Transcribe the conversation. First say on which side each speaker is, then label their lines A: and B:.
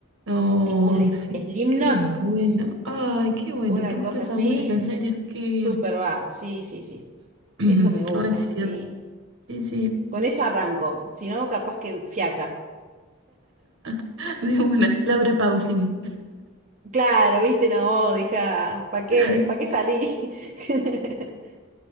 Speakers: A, on the right (about 65°); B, on the right (about 35°).
A: Oh,
B: tipo un Slim-
A: sí,
B: Slipknot,
A: qué bueno. Ay, qué bueno.
B: una
A: ¿Te gusta
B: cosa
A: esa
B: así.
A: música? En serio, qué
B: Súper
A: bien.
B: va, sí, sí, sí.
A: Mm,
B: Eso me
A: <clears throat>
B: gusta,
A: Coincido.
B: sí.
A: Sí, sí.
B: Con eso arranco, si no, capaz que fiaca.
A: <laughs> De una. Laura Pausini.
B: Claro, viste, no, deja, ¿para qué,
A: <laughs>
B: para qué salí? <laughs>